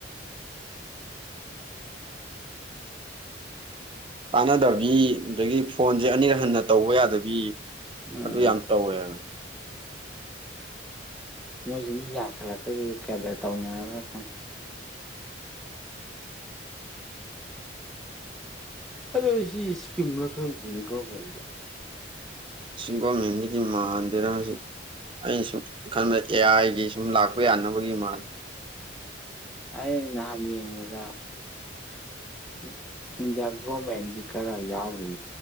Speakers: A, on the right; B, in the centre.
A: ꯇꯥꯟꯅꯗꯕꯤ ꯑꯗꯒꯤ ꯐꯣꯟ ꯍꯧꯖꯤꯛ ꯑꯅꯤꯔꯛ ꯍꯟꯅ ꯇꯧꯕ ꯌꯥꯗꯕꯤ
B: ꯎꯝ
A: ꯑꯗꯨ ꯌꯥꯝ ꯇꯧꯋꯦꯕ
B: ꯃꯣꯏꯁꯨ ꯃꯤ ꯌꯥꯝꯈꯠꯂꯛꯄꯁꯤꯗ ꯀꯗꯔ ꯇꯧꯅꯔꯕ ꯈꯪꯗꯦ ꯑꯗꯣ ꯁꯤ ꯏꯁꯀꯤꯝꯂ ꯈꯪꯗꯦꯅꯦ ꯒꯣꯔꯃꯦꯟꯒꯤ
A: ꯁꯤ ꯒꯕꯔꯃꯦꯟꯒꯤꯗꯤ ꯃꯥꯟꯗꯦꯗ ꯃꯁꯤ ꯑꯩꯅ ꯁꯨꯝ ꯈꯟꯕꯗ ꯑꯦ ꯑꯥꯏꯒꯤ ꯁꯨꯝ ꯂꯥꯛꯄ ꯌꯥꯅꯕꯒꯤ ꯃꯥꯜꯂꯦ
B: ꯑꯩ ꯅꯍꯥꯟ ꯌꯦꯡꯕꯗ ꯎꯝ ꯏꯟꯗꯤꯌꯥ ꯒꯣꯕꯔꯃꯦꯟꯒꯤ ꯈꯔ ꯌꯥꯎꯔꯤ